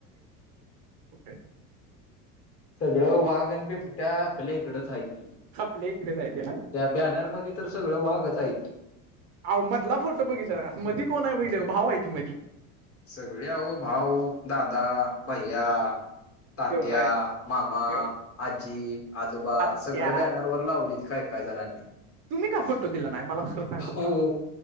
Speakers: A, on the right; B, on the left.
A: <unintelligible>
B: सगळं वाघ अन बिबट्या आपल्या हिकडच हाईत.
A: आपल्या हिकडच हायती ना.
B: त्या बॅनरमध्ये तर सगळं वागच आहे.
A: आवो मधला फोटो बघितला का मधी कोण हाय बघितला का अभाव हायती मधी.
B: सगळे आवो भाऊ दादा भैया तात्या
A: तेवढा आहे
B: मामा
A: तेवढा
B: आजी आजोबा
A: आत्या
B: सगळ बॅन वर लावलेत काय काय जणांनी.
A: तुम्ही का फोटो दिला नाही मला खरं सांगा
B: हो
A: बरं